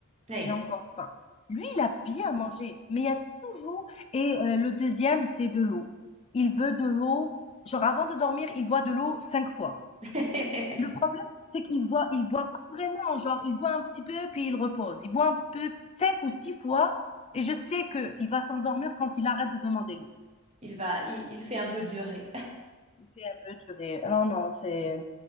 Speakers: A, on the right; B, on the left.
A: Ouais.
B: J'ai encore faim. Lui, il a bien mangé, mais il y a toujours et heu, le deuxième, c'est de l'eau. Il veut de l'eau, genre avant de dormir, il boit de l'eau 5 fois.
A: <laughs>
B: Le problème, c'est qu'il boit, il boit pas vraiment, genre il boit un petit peu puis il repose. Il boit un petit peu 5 ou 6 fois et je sais que il va s'endormir quand il arrête de demander l'eau.
A: Il va, il il fait un peu durer.
B: Il fait un peu durer. Non, non, c'est